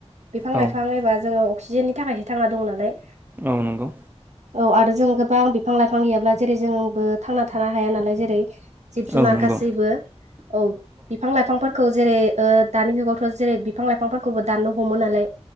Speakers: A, on the right; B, on the right.
A: बिफां
B: औ
A: लाइफां एबा जोङो अक्सिजेननि थाखायसो थांना दङ नालाय
B: औ नंगौ
A: औ आरो जों गोबां बिफां लाइफां गैयाब्ला जेरै जोंबो थांना थानो हाया नालाय जेरै जिब जुनार
B: औ नंगौ
A: गासैबो औ बिफां लाइफांफोर खौ जेरै ओ दानि जुगावथ जेरै बिफां लाइफांफोरखौबो दाननो हमो नालाय